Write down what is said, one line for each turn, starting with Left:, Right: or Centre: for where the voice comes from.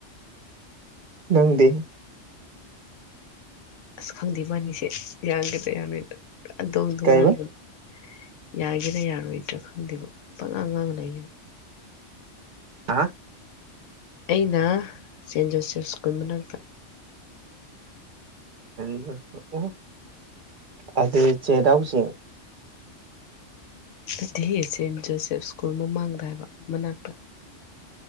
Right: ꯅꯪꯗꯤ
Left: ꯑꯁ ꯈꯪꯗꯦ ꯃꯒꯤꯁꯦ ꯌꯥꯒꯗ꯭ꯔꯥ ꯌꯥꯔꯣꯢꯗ꯭ꯔꯥ ꯄꯨꯔꯥ ꯗꯣꯟ ꯗꯨ
Right: ꯀꯩꯕ
Left: ꯃꯉꯥꯢꯔꯦ ꯌꯥꯒꯦꯔꯥ ꯌꯥꯔꯣꯏꯗ꯭ꯔꯥ ꯈꯪꯗꯦꯕ ꯄꯥꯉꯥꯡꯉꯥꯑ ꯂꯩꯌꯦꯕ
Right: ꯍꯥ
Left: ꯑꯩꯅ ꯁꯦꯟ ꯖꯣꯁꯦꯐ ꯁ꯭ꯀꯨꯜ ꯃꯅꯥꯛꯇ
Right: <unintelligible> ꯆꯦꯔꯥꯎꯆꯥꯡ
Left: ꯅꯠꯇꯦꯍꯦ ꯁꯦꯟ ꯖꯣꯁꯦꯞ ꯁ꯭ꯀꯨꯜ ꯃꯃꯥꯡꯗ ꯍꯥꯏꯕ ꯃꯅꯥꯛꯇ